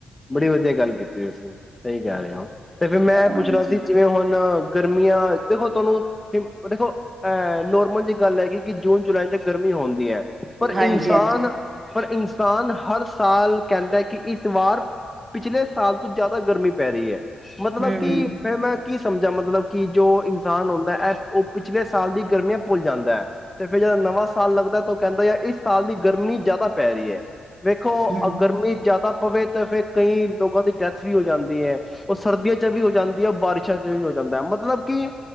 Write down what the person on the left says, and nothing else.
ਬੜੀ ਵਧੀਆ ਗੱਲ ਕੀਤੀ ਤੁਸੀਂ, ਸਹੀ ਕਹਿ ਰਹੇ ਹੋ, ਤੇ ਫਿਰ ਮੈਂ
ਇਹ ਪੁੱਛਣਾ ਸੀ ਜਿਵੇਂ ਹੁਣ ਨਾ, ਗਰਮੀਆਂ ਦੇਖੋ ਤੁਹਾਨੂੰ ਦੇਖੋ ਅਹ, ਨੋਰਮਲ ਜਿਹੀ ਗੱਲ ਹੈਗੀ ਕਿ, ਜੂਨ ਜੁਲਾਈ ਚ ਗਰਮੀ ਹੁੰਦੀ ਹੁੰਦੀ ਹੈ ਪਰ
ਇਨਸਾਨ
ਪਰ ਇਨਸਾਨ, ਹਰ ਸਾਲ ਕਹਿੰਦਾ ਕਿ ਇਸ ਵਾਰ ਪਿਛਲੇ ਸਾਲ ਤੋਂ, ਜ਼ਿਆਦਾ ਗਰਮੀ ਪੈ ਰਹੀ ਹੈ, ਮਤਲਬ
ਕਿ ਫਿਰ ਮੈਂ ਕੀ ਸਮਝਾ ਮਤਲਬ ਕਿ, ਜੋ ਇਨਸਾਨ ਹੁੰਦਾ ਹੈ, ਉਹ ਪਿਛਲੇ ਸਾਲ, ਦੀ ਗਰਮੀਆਂ ਭੁੱਲ ਜਾਂਦਾ ਹੈ ਤੇ ਫੇਿਰ ਜਦੋਂ, ਨਵਾਂ ਸਾਲ ਲੱਗਦਾ ਤਾਂ ਉਹ ਕਹਿੰਦਾ, ਜਾ ਇਸ ਸਾਲ ਦੀ ਗਰਮੀ ਜਿਆਦਾ ਪਰ ਪੈ ਰਹੀ ਹੈ, ਵੇਖੋ
ਗਰਮੀ ਜ਼ਿਆਦਾ ਪਵੇ ਤੇ ਫੇਰ ਕਈ ਲੋਕਾਂ ਦੀ, ਡੈਥ ਵੀ ਹੋ ਜਾਂਦੀ ਹੈ ਉਹ ਸਰਦੀਆਂ ਚ ਵੀ ਹੋ ਜਾਂਦੀ ਹੈ, ਬਾਰਿਸ਼ਾਂ ਚ ਵੀ, ਹੋ ਜਾਂਦਾ ਹੈ ਮਤਲਬ ਕਿ